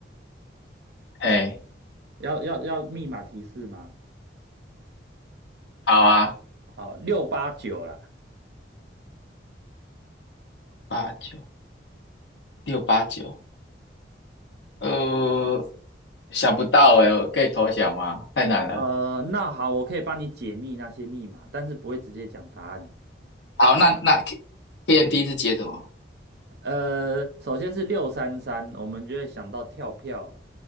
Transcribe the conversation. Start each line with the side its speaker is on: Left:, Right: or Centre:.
Left: 哎，
Right: 要要要密码提示吗？
Left: 好啊，
Right: 好，六八九啦。
Left: 八九六八九，呃，想不到哎，我可以投降吗？太难了。
Right: 呃，那好，我可以帮你解密那些密码，但是不会直接讲答案。
Left: 好，那那 K k m d 是解什么？
Right: 呃，首先是六三三，我们就会想到跳票